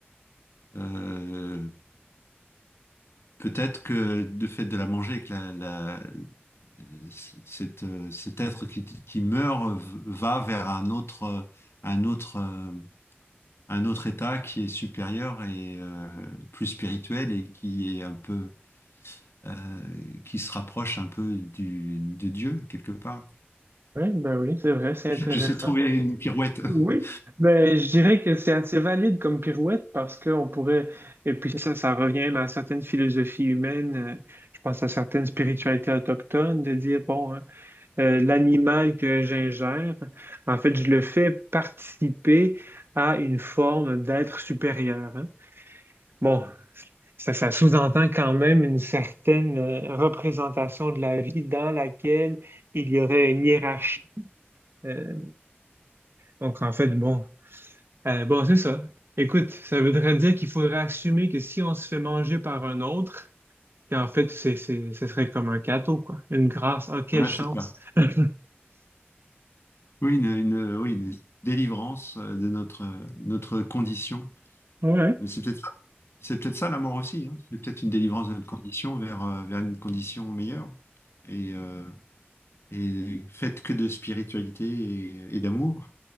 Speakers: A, on the left; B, on the right.
A: euh, Peut-être que de fait de la manger, que la, la- euh, c- cette, euh, cet être qui, qui meurt euh, va vers un autre, euh, un autre, euh, un autre état qui est supérieur et euh, plus spirituel et qui est un peu, euh, qui se rapproche un peu du, de Dieu quelque part.
B: Oui, ben oui, c'est vrai, c'est intéressant.
A: Je sais trouver une pirouette. <laughs>
B: Oui, ben je dirais que c'est assez valide comme pirouette parce qu'on pourrait, et puis ça, ça revient même à certaines philosophies humaines, euh, je pense à certaines spiritualités autochtones, de dire, bon, hein, euh, l'animal que j'ingère, en fait, je le fais participer à une forme d'être supérieur. hein. Bon, ça, ça sous-entend quand même une certaine euh, représentation de la vie dans laquelle il y aurait une hiérarchie. euh, Donc, en fait, bon, euh, bon, c'est ça. Écoute, ça voudrait dire qu'il faudrait assumer que si on se fait manger par un autre, qu'en fait, c'est, c'est, ce serait comme un cadeau, quoi. Une grâce. Ah, quelle
A: Voilà,
B: chance!
A: c'est ça.
B: <laughs>
A: Oui, une, une- oui, une délivrance euh, de notre, euh, notre condition.
B: Ouais.
A: Mais c'est peut-être C'est peut-être ça la mort aussi, hein. C'est peut-être une délivrance de notre condition vers, euh, vers une condition meilleure. Et, euh, et faite que de spiritualité et, et d'amour.